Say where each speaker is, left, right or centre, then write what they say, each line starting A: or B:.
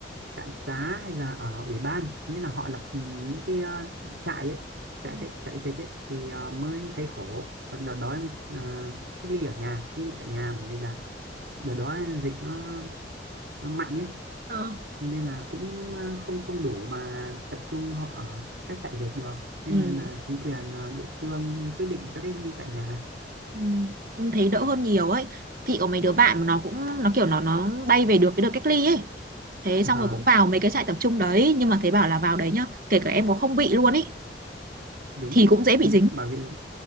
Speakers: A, on the right; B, on the right.
A: trạm xá hay là ở ủy ban nghĩa là họ lập ừ, những cái ờ, trại ấy trại
B: Ừ.
A: cách trại dịch ấy thì ờ, mới thấy khổ còn đợt đó em ờ, cách ly ở nhà cách ly tại nhà bởi vì là đợt đó dịch nó nó mạnh ấy
B: Ờ.
A: nên là cũng ờ, không không đủ mà tập trung họ ở các trại dịch được nên
B: Ừ.
A: là, là chính quyền ờ, địa phương quyết định cho cách ly tại nhà
B: Ừ. em thấy đỡ hơn nhiều ấy chị có mấy đứa bạn mà nó cũng nó kiểu nó nó bay về được cái đợt cách ly ấy thế
A: Vâng,
B: xong rồi cũng vào mấy cái trại tập trung đấy nhưng mà thấy bảo là vào đấy nhá kể cả em có không bị luôn ấy
A: đúng.
B: thì cũng dễ bị
A: Ừ,
B: dính
A: Bởi vì